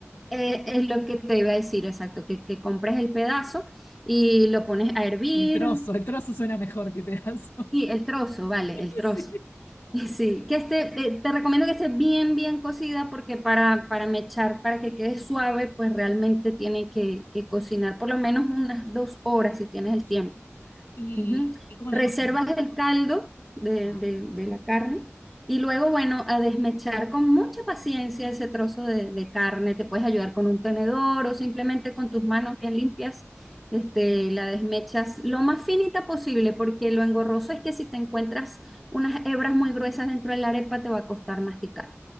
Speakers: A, in the centre; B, on the left.
A: Eh, es lo que te iba a decir, exacto, que, que compres el pedazo y lo pones a hervir.
B: El trozo, el trozo suena mejor que pedazo.
A: Sí, el trozo, vale,
B: <laughs>
A: el trozo.
B: Sí.
A: <laughs> Sí, que esté, eh, te recomiendo que esté bien, bien cocida porque para, para mechar, para que quede suave, pues realmente tiene que, que cocinar por lo menos unas dos horas si tienes
B: No
A: el tiempo.
B: ¿Y,
A: Ujú.
B: y cómo
A: Reservas
B: la cocinas?
A: el caldo de,
B: Ah,
A: de-
B: con
A: de
B: caldo.
A: la carne y luego, bueno, a desmechar con mucha paciencia ese trozo de, de carne. Te puedes ayudar con un tenedor o simplemente con tus manos bien limpias. Este,
B: Y vas.
A: la desmechas lo más finita posible porque lo engorroso es que si te encuentras unas hebras muy gruesas dentro de la arepa te va a costar masticar.